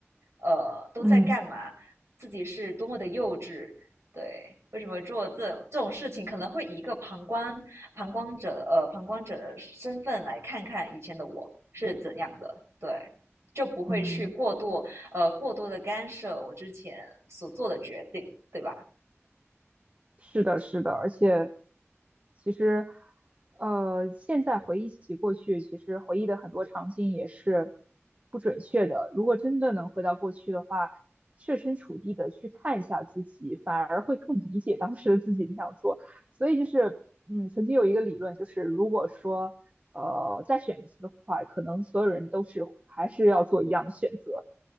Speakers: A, on the right; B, on the right.
A: 呃，都在干嘛，
B: 嗯
A: 自己是多么的幼稚，对，为什么做这这种事情，可能会以一个旁观旁观者呃旁观者的身份来看看以前的我是怎样的，对，就不会去过度呃过多的干涉我之前所做的决定，
B: 嗯。
A: 对吧？<laughs>
B: 是的，是的，而且其实，呃，现在回忆起过去，其实回忆的很多场景也是不准确的。如果真的能回到过去的话，设身处地的去看一下自己，反而会更理解当时的自己那样做。所以就是，嗯，曾经有一个理论，就是如果说，呃，再选一次的话，可能所有人都是还是要做一样的选择。